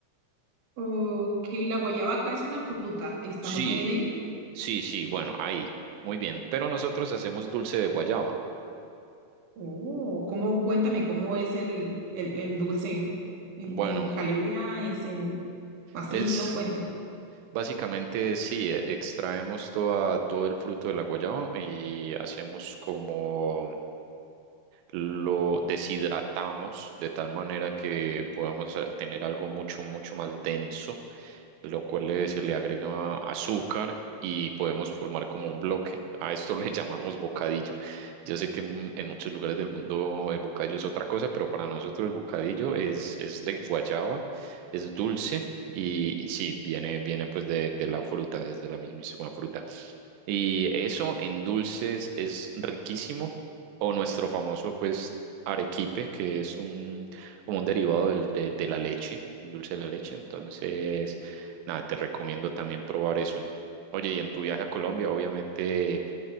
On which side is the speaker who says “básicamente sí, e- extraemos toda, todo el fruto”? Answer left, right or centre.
Right